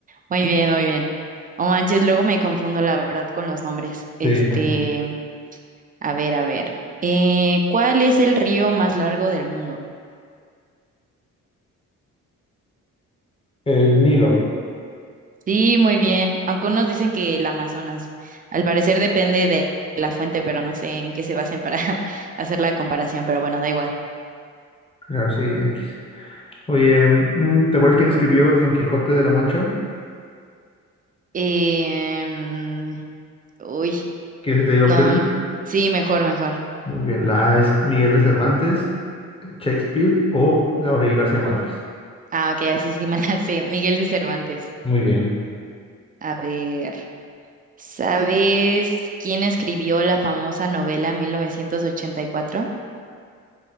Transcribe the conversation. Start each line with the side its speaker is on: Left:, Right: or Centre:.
Right: Muy bien, muy bien. Oh, manches, luego me confundo, la verdad, con los nombres. Este,
Left: Sí, yo también.
Right: a ver, a ver. Eh, ¿cuál es el río más largo del mundo?
Left: El Nilo.
Right: Sí, muy bien. Aunque unos dicen que el Amazonas. Al parecer depende de la fuente, pero no sé en qué se basen para <laughs> hacer la comparación, pero bueno, da igual.
Left: Claro, sí, X. Oye, mm, ¿te acuerdas quién escribió el Don Quijote de la Mancha?
Right: Eh, uy.
Left: ¿Quieres que si te diga
Right: No,
Left: opciones?
Right: mm, sí, mejor, mejor.
Left: Muy bien, la A es Miguel de Cervantes, Shakespeare o Gabriel García Márquez.
Right: Ah, ok, así sí me la sé. <laughs> Miguel de Cervantes.
Left: Muy bien.
Right: A ver, ¿sabes quién escribió la famosa novela 1984?